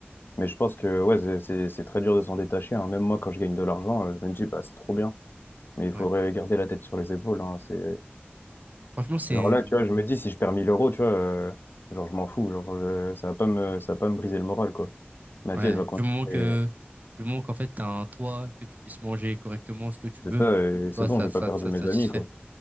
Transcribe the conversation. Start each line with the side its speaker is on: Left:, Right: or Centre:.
Left: Mais je pense que ouais, c'est c'est- c'est très dur de s'en détacher. hein. Même moi, quand je gagne de l'argent, euh, je me dis, bah, c'est trop bien. Mais il
Right: Ouais.
Left: faudrait garder la tête sur les épaules. hein. C'est...
Right: Franchement, c'est
Left: Genre là,
Right: une-
Left: tu vois, je me dis, si je perds 1000 euros, tu vois, euh, genre, je m'en fous. Genre, je- ça va pas me... ça va pas me briser le moral, quoi. Ma
Right: ouais,
Left: vie, elle va
Right: du
Left: continuer.
Right: moment que du moment qu'en fait t'as un toit, que tu puisses manger correctement ce que tu
Left: C'est
Right: veux,
Left: ça, et c'est
Right: toi
Left: bon,
Right: ça
Left: j'ai
Right: ça
Left: pas perdu
Right: ça
Left: mes
Right: te satisfait.
Left: amis, quoi.